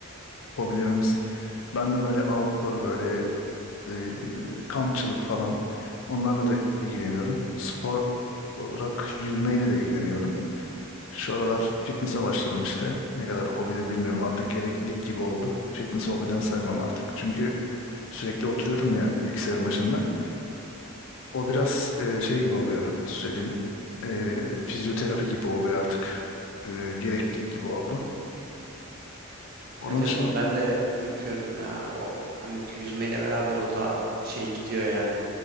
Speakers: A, on the left; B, on the right.
A: hobilerimiz. Ben de böyle outdoor böyle e, kampçılık falan. Onlarla da ilgileniyorum. Spor olarak yüzmeyle de ilgileniyorum. Şu aralar fitness'a başladım işte. Ne kadar hobidir bilmiyorum artık gereklilik gibi oldu. Fitness hobiden sayamam artık. Çünkü sürekli oturuyorum ya bilgisayarın başında.
B: Hımm.
A: O biraz e, şey gibi oluyor. Nasıl söyleyeyim? E, fizyoterapi gibi oluyor artık. E, gereklilik gibi oldu. Onun
B: Evet,
A: dışında
B: evet, onu ben de yapıyorum ya. O, hani, yüzmeyle beraber o da şey gidiyor yani.